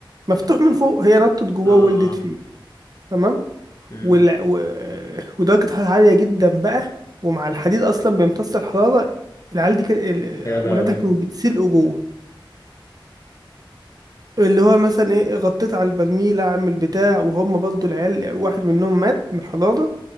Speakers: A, on the right; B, on the left.
A: مفتوح من فوق هي نطت جواه
B: اه
A: وولدت
B: اه
A: فيه تمام
B: امم
A: وال... و... آه، ودرجة الحرارة عالية جدا بقى ومع الحديد أصلا بيمتص الحرارة العيال دي كان ال-
B: يا لهوي
A: ولادها كانوا بيتسلقوا جوه اللي هو مثلا ايه غطيت على البرميل اعمل بتاع وهم برضو العيال واحد منهم مات من الحرارة